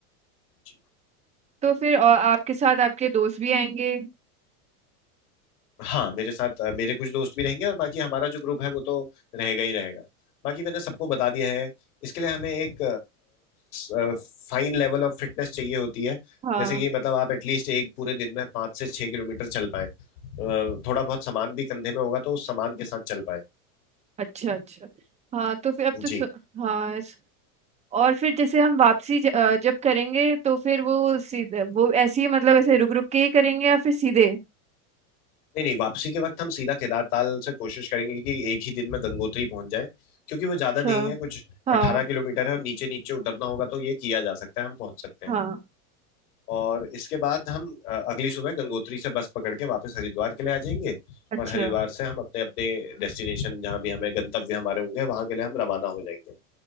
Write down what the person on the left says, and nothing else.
जी।
हाँ मेरे साथ अ, मेरे कुछ दोस्त भी रहेंगे और बाकी हमारा जो ग्रुप है वो तो रहेगा ही रहेगा बाकी मैंने सबको बता दिया है इसके लिए हमें एक फाइन लेवल ऑफ फिटनेस चाहिए होती है
जैसे कि मतलब आप एटलीस्ट एक पूरे दिन में पाँच से छह किलोमीटर चल पाए अ, थोड़ा बहुत सामान भी कंधे में होगा तो उस सामान के साथ चल पाए
जी
नहीं नहीं वापसी के वक्त हम सीधा केदारताल से कोशिश करेंगे कि एक ही दिन में गंगोत्री पहुंच जाए क्योंकि वो ज्यादा
नहीं है कुछ
अट्ठारह किलोमीटर है और नीचे नीचे उतरना होगा तो ये किया जा सकता है हम पहुंच सकते हैं
और इसके बाद हम अ, अगली सुबह गंगोत्री से बस पकड़ के वापस हरिद्वार के लिए आ जाएंगे
और हरिद्वार से हम अपने अपने डेस्टिनेशन जहाँ भी हमें गंतव्य हमारे होंगे वहां के लिए हम रवाना हो जाएंगे